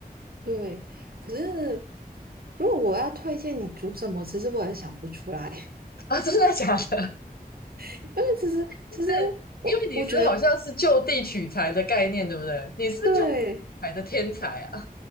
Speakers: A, on the right (about 70°); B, on the left (about 70°).
A: 对，可是如果我要推荐你煮什么，其实我也想不出来，
B: 啊，真的假的？
A: <laughs> 因为其实其实
B: 是因为你是好像是就地取材的概念，
A: 我我觉得
B: 对不对？你是不是就地取材的天才啊？
A: 对，